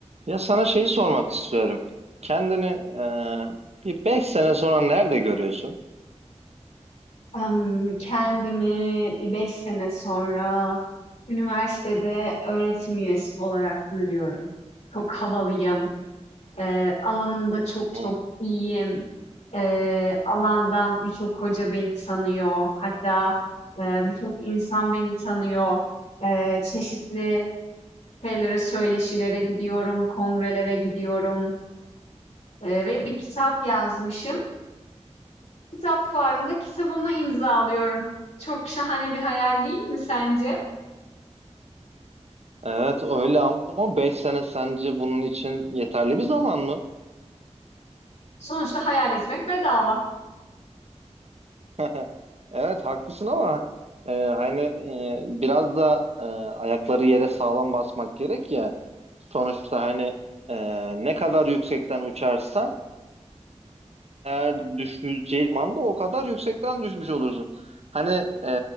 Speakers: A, on the right (about 60°); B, on the left (about 70°).
A: Ya sana şeyi sormak istiyorum. Kendini e, bir 5 sene sonra nerede görüyorsun?
B: Emm, kendimi bir 5 sene sonra üniversitede öğretim üyesi olarak görüyorum. Çok havalıyım, eee, alanımda çok
A: Hı.
B: çok iyiyim. Eee, alandan birçok hoca beni tanıyor. Hatta, eee, birçok insan beni tanıyor. Eee, çeşitli şeylere, söyleşilere gidiyorum, kongrelere gidiyorum, eee, ve bir kitap yazmışım. Kitap fuarında kitabımı imzalıyorum. Çok şahane bir hayal değil mi sence?
A: Evet öyle ama 5 sene sence bunun için yeterli bir zaman mı?
B: Sonuçta hayal etmek bedava.
A: <laughs> Evet haklısın ama e, hani e, biraz da e, ayakları yere sağlam basmak gerek ya. Sonuçta hani e, ne kadar yüksekten uçarsan eğer düşeceği zaman da o kadar yüksekten düşmüş olursun. Hani e,